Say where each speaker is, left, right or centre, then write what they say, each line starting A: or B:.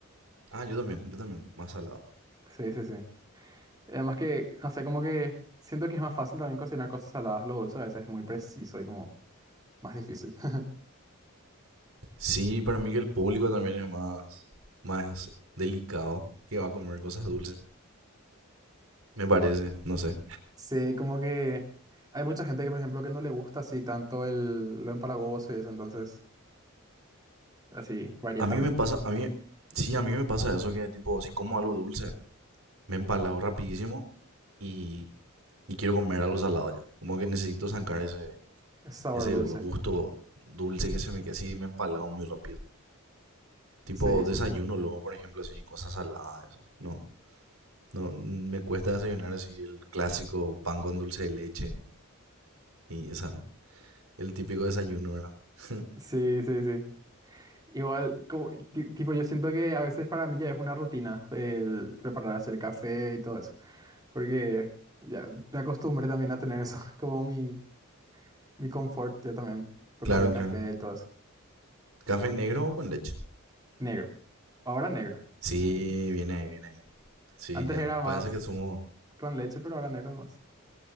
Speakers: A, on the right; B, on the right.
A: Ah, yo también, yo también. Más salado.
B: Sí, sí, sí. Además que, no sé, como que siento que es más fácil también cocinar cosas saladas. Lo dulce a veces es muy preciso y como más difícil. <laughs>
A: Sí, para mí que el público también es más, más delicado que va a comer cosas dulces. Me parece, no sé.
B: Sí, como que hay mucha gente que, por ejemplo, que no le gusta así tanto el, lo empalagoso y eso, entonces... Así, varía
A: A
B: también.
A: mí me pasa, a mí, sí, a mí me pasa eso que tipo, si como algo dulce, me empalago rapidísimo y, y quiero comer algo salado ya. Como que necesito sacar ese,
B: Es sabor
A: ese
B: dulce.
A: gusto dulce que se me queda así, me empalago muy rápido. Tipo
B: Sí, sí,
A: desayuno
B: sí.
A: luego, por ejemplo, así, cosas saladas, eso. No, no, me cuesta desayunar así el clásico pan con dulce de leche y esa, el típico desayuno, ¿verdad? <laughs>
B: Sí, sí, sí. Igual, como- ti- tipo, yo siento que a veces para mí ya es una rutina el prepararse el café y todo eso, porque ya me acostumbré también a tener eso <laughs> como mi, mi confort, ya también, preparar
A: Claro,
B: el café
A: claro.
B: y todo eso.
A: ¿Café negro o con leche?
B: Negro. Ahora negro.
A: Sí, viene ahí, viene ahí. Sí,
B: Antes
A: ya.
B: era más
A: Parece que somos
B: con leche, pero ahora negro más.